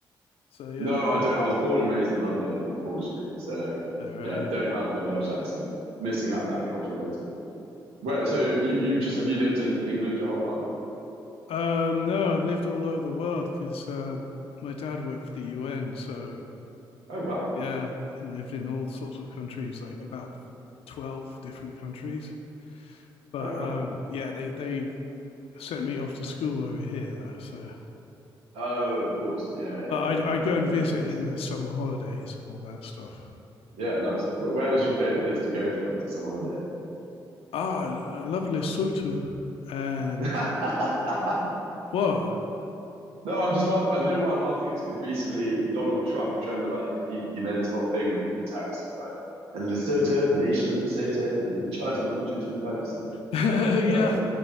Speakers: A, on the left; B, on the right.
A: So yeah,
B: No, I don't. I was born and raised in London, unfortunately. So
A: all right.
B: yeah, don't have the Welsh accent. Missing out that cultural heritage. Where so you you just have you lived in England your whole life?
A: Um, no, I've lived all over the world because uh, my dad worked for the UN, so
B: Oh wow.
A: yeah, lived in all sorts of countries, like about 12 different countries. But
B: Oh man.
A: um, yeah, they, they sent me off to school over here, though. So,
B: Oh, of course. Yeah, yeah,
A: but I'd,
B: yeah.
A: I'd
B: That's
A: go and
B: the,
A: visit
B: the classic.
A: in the summer holidays and all that stuff.
B: Yeah, nice. Where, where was your favorite place to go for like a summer holiday?
A: Ah, I love Lesotho. And
B: <laughs>
A: what?
B: No, I'm just laughing. Uh, You know why I'm laughing is because recently Donald Trump, do you remember, like he, he made his whole thing when he did the tariffs. He was like, and Lesotho, the nation of Lesotho, then we're going to charge them 125%.
A: <laughs> yeah,
B: No,